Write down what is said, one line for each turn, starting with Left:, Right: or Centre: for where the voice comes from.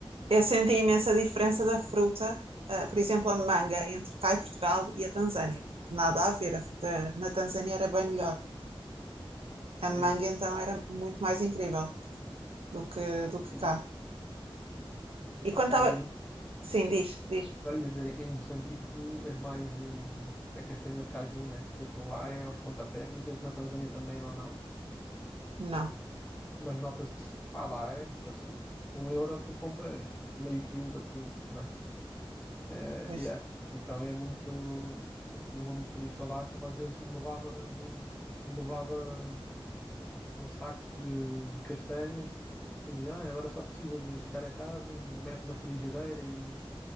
Right: Eu senti imensa diferença da fruta, ah, por exemplo, a manga entre cá e Portugal e a Tanzânia. Nada a ver, a fruta na Tanzânia era bem melhor. A manga
Left: Sim,
Right: então era muito mais incrível do que, do que
Left: sim.
Right: cá.
Left: Epá,
Right: E quando estava.
Left: ali em,
Right: Sim, diz, diz.
Left: eu ia dizer, em Moçambique é mais o, a castanha de caju, né? Que aquilo lá é aos pontapés. Não sei se na Tanzânia também é ou não.
Right: Não,
Left: Mas nota-se, pá, lá é tipo assim, um euro tu compras meio quilo daquilo, né? É,
Right: pois.
Left: yeah. Então é muito, assim, uma motorista lá que ela às vezes me levava de, me levava um saco de, de castanha. Depois dizia ah, agora só precisa de chegar a casa e mete na frigideira e